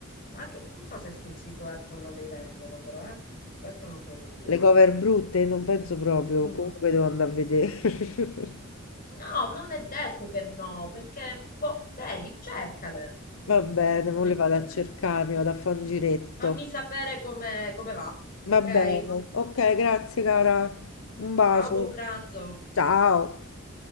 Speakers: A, on the left; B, on the left.
A: anche non so se sul sito Apple le vendono, però eh, questo non te lo so dire.
B: Le cover brutte? Non penso proprio,
A: Mm.
B: comunque devo andare a vedere. <laughs>
A: No, non è detto che no, perché, boh, vedi, cercale,
B: Va bene,
A: vedi
B: mo le
A: un
B: vado
A: po'.
B: a cercare, mi vado a fare un giretto.
A: Fammi sapere come come va, ok?
B: Va bene, ok, grazie cara, un bacio.
A: Ciao, buon pranzo.
B: Ciao.